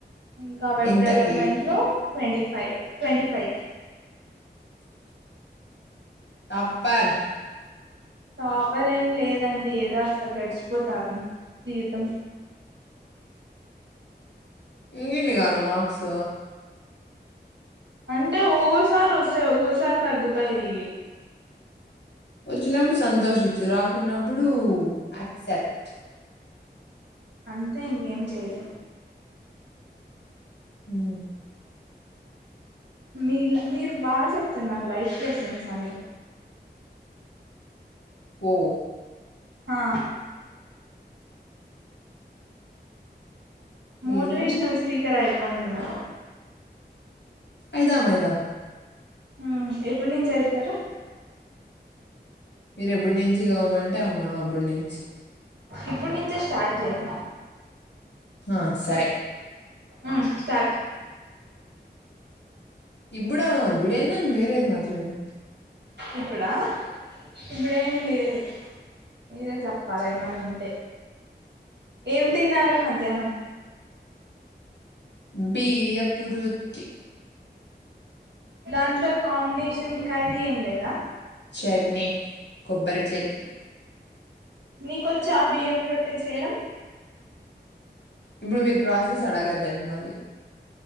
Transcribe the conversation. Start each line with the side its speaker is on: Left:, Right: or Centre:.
Right: ఇంకా వెబ్
Left: ఇంతకీ
Right: డెవలప్మెంట్లో ట్వంటీ ఫైవ్ ట్వంటీ ఫైవ్కి
Left: టాపర్
Right: టాపర్ ఏం లేదండి ఏదో అట్లా గడిచిపోతాంది జీవితం, <unintelligible>
Left: ఇకేంని కావాలే మార్క్స్
Right: అంటే ఒగోసారి వస్తాయి, ఒగోసారి తగ్గుతాయి.
Left: వచ్చినప్పుడు సంతోషించు రాకున్నప్పుడు యాక్సెప్ట్
Right: అంతే ఇంకేం చేయలేం
Left: ఉ
Right: మీ మీరు బాగా చెప్తున్నారు లైఫ్ లెసన్స్ అని
Left: ఉ
Right: హా మోటివేషనల్
Left: ఏదో అండి
Right: స్పీకర్ అయిపోండి మీ
Left: అయిదాం అయిదాం
Right: ఊ ఎప్పుడి నుంచి అయితారు,
Left: మీరు ఎప్పుడు నుంచి కావమంటే ఆమ అప్పుడి నుంచి
Right: ఇప్పుడు నుంచే స్టార్ట్ చేయండి.
Left: ఆ సరే
Right: ఉ స్టార్ట్
Left: ఇప్పుడా ఇప్పుడేందన్ వేరేది మాట్లాడు,
Right: ఇప్పుడా ఇప్పుడేం లేదు మీరే చెప్పాలా ఏమన్న ఉంటే ఏం తిన్నారు మధ్యాహ్నం
Left: బియ్యపురోత్తి
Right: దాంట్లో కాంబినేషన్ కర్రీ ఏం లేదా
Left: చెట్నీ కొబ్బరి చెట్
Right: నీకొచ్చా బియ్యం రొట్టె చేయడం
Left: ఇప్పుడు మీరు ప్రసెస్ అడగద్దండి, మళ్ళీ